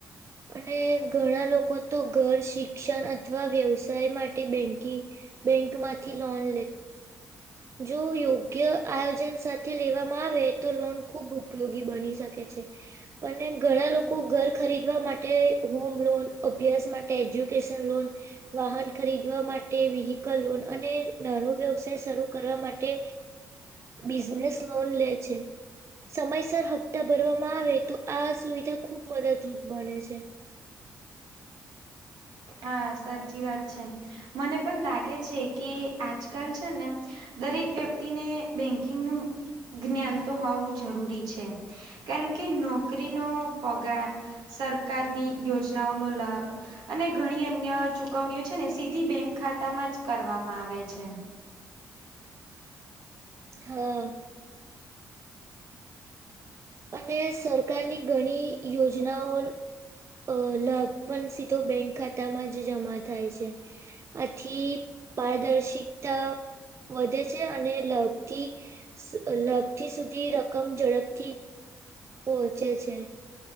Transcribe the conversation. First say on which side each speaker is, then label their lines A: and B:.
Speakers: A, on the right; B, on the right.
A: અને ઘણા લોકો તો ઘર શિક્ષણ અથવા વ્યવસાય માટે બેંક બેંક માંથી લોન જો યોગ્ય આયોજન સાથે જે લેવામાં આવે તો લોન ખુબ ઉપયોગી બની શકે છે. અને ઘણા લોકો ઘર ખરીદવા માટે હોમ લોન અભ્યાસ માટે એજ્યુકેશન લોન વાહન ખરીદવા માટે વહકલ લોન અને નારો વ્યવસાય શરૂ કરવા માટે બિઝનેસ લોન લે છે. સમયસર હપ્તા ભરવામાં આવે તો આ સુવિધા ખુબ મદદરૂપ બને છે.
B: હા સાચી વાત છે મને પણ લાગે છે કે આજકાલ છે ને દરેક વ્યક્તિને બેંકિંગનું જ્ઞાન તો હોવું જરૂરી છે. કારણ કે નોકરીનો પગાર સરકારની યોજનાઓ નો લાભ અને ઘણી અન્ય ચુકવણીઓ છે ને સીધી બેંક ખાતા માં જ કરવામાં આવે છે.
A: હા. અને સરકારની ઘણી યોજનાઓ અ લભ પણ સીધો બેંક ખાતામાં જ જમા થાય છે. આથી પારદર્શિકતા વધે છે અને લગથી લગથી સુધી રકમ ઝડપથી પહોંચે છે